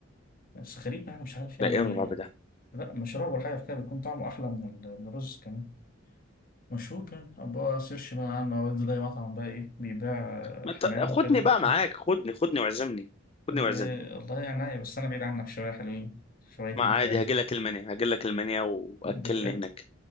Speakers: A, on the left; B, on the left.
A: بس غريب يعني مش عارف يعني
B: ده ايه الرعب ده
A: لا مشروب ولا حاجة في كده بيكون طعمه أحلى من, ال... من الرز كمان مشهور كان أبقى سيرش بقى عنه أو أنزل أي مطعم بقى إيه بيبيع آه،
B: ما
A: حمام
B: ت... خدني
A: كده
B: بقى معاك خدني خدني واعزمني خدني
A: إيه،
B: واعزمني
A: والله يعني عيب، بس أنا بعيد عنك شوية حلوين شويتين
B: ما عادي
A: تلاتة
B: هاجي لك المنيا هاجي لك المنيا واكلني
A: ده بجد
B: هناك